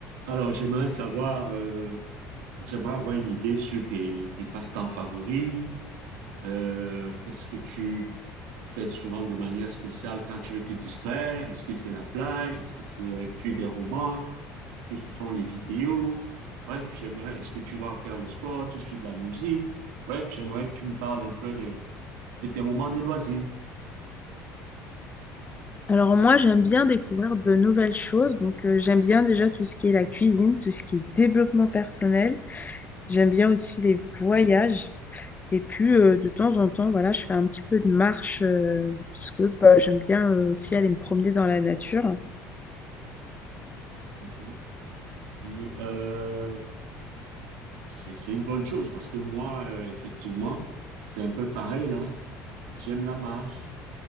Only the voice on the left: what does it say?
Alors moi, j'aime bien découvrir de nouvelles choses. Donc euh, j'aime bien déjà tout ce qui est la cuisine, tout ce qui est développement personnel. J'aime bien aussi les voyages. Et puis euh, de temps en temps, voilà, je fais un petit peu de marche euh, parce que bah, j'aime bien euh, aussi aller me promener dans la nature.